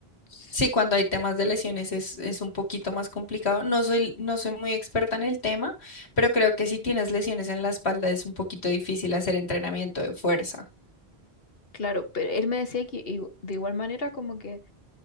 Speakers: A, on the left (about 65°); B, on the left (about 85°).
A: S-
B: Sí, cuando hay temas de lesiones es, es un poquito más complicado. No soy, no soy muy experta en el tema, pero creo que si tienes lesiones en la espalda es un poquito difícil hacer entrenamiento de fuerza.
A: Claro, pero él me decía que igu- de igual manera como que